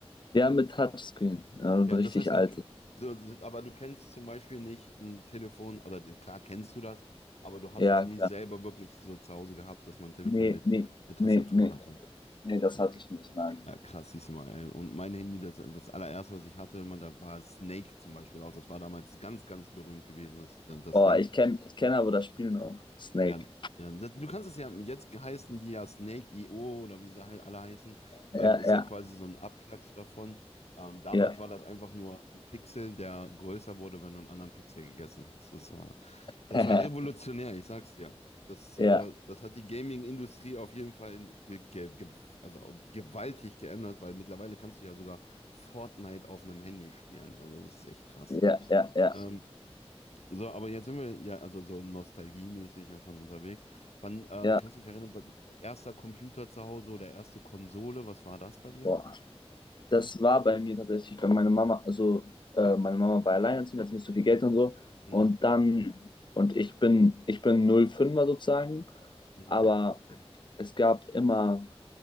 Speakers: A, on the left (about 45°); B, on the left (about 80°).
A: Ja, mit Touchscreen, äh, ein
B: Ja,
A: richtig
B: das heißt,
A: altes.
B: du, du, aber du kennst zum Beispiel nicht ein Telefon oder den, klar kennst du das, aber du hast
A: Ja,
B: es nie
A: klar.
B: selber wirklich so zu Hause gehabt, dass man ein Telefon
A: Nee,
B: mit,
A: nee,
B: mit Tastatur
A: nee, nee,
B: hatte.
A: nee, das
B: Ja,
A: hatte
B: k-
A: ich nicht, nein.
B: ja, krass, siehst du mal. Ey. Und mein Handy, das, das allererste, was ich hatte, man, da war Snake zum Beispiel auch. Das war damals ganz, ganz berühmt gewesen, das, das
A: Boah,
B: Ding.
A: ich kenne ich kenn aber das Spiel noch. Snake.
B: Ja, ja, das, du kannst es ja, jetzt heißen die ja Snake Snake.io oder wie sie hei- alle heißen,
A: Ja,
B: ähm, ist
A: ja,
B: ja quasi so ein Abklatsch davon. Ähm, damals
A: ja.
B: war das einfach nur ein Pixel, der größer wurde, wenn du einen anderen Pixel gegessen hast. Das war, das
A: <laughs>
B: war revolutionär, ich sag's dir. Das, äh,
A: Ja,
B: das hat die Gaming-Industrie auf jeden Fall ge ge ge also gewaltig geändert, weil mittlerweile kannst du ja sogar Fortnite auf einem Handy spielen. Ja, das ist echt krass.
A: ja, ja, ja,
B: Ähm, so, aber jetzt sind wir ja, also so nostalgiemäßig ja schon unterwegs. Wann, äh,
A: ja.
B: kannst du dich erinnern, wann- so erster Computer zu Hause oder erste Konsole, was war das bei dir?
A: Boah. Das war bei mir tatsächlich, weil meine Mama, also äh, meine Mama war alleinerziehend, hat nicht so viel Geld und so.
B: Mhm.
A: Und dann, und ich bin, ich bin 05er sozusagen,
B: Mhm.
A: aber es gab immer,